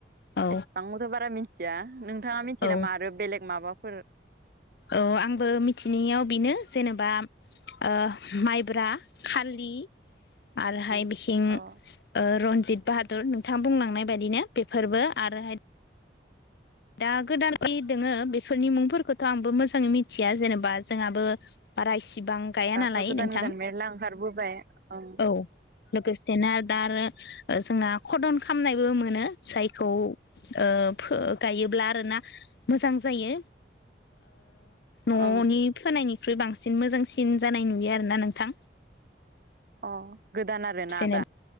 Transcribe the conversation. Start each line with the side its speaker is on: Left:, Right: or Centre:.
Left: औ
Right: एसां मोजां बारा‌ मिथिआ नोंथाङा मिथियो
Left: औ
Right: नामा आरो बेलेग माबाफोर
Left: औ आंबो मिथिनायाव बेनो जेनेबा ओ माइब्रा खालि आरोहाय
Right: अ
Left: बिखिं रन जित बाहादुर नोंथाङा बुंलांनाय बायदिनो बेफोरबो आरोहाय दा गोदानाय दोङो बेफोरनि मुंफोरखौथ' आंबो मोजाङै मिथिया जेनेबा जोंहाबो बारा इसिबां गाया
Right: दाथ'
Left: नालाय
Right: गोदान
Left: नोंथां
Right: गोदान मेरला ओंखारबोबाय ओं
Left: औ लोगोसेनो दा आरो जोंना खदन खामनायबो मोनो जायखौ ओ फो- गायोब्ला आरोना मोजां जायो ओ न'नि
Right: ओं
Left: फोनायनि निख्रुइ बांसिन मोजांसिन जानाय नुयो आरोना नोंथां
Right: अ गोदान आरोना
Left: जेनेबा
Right: दा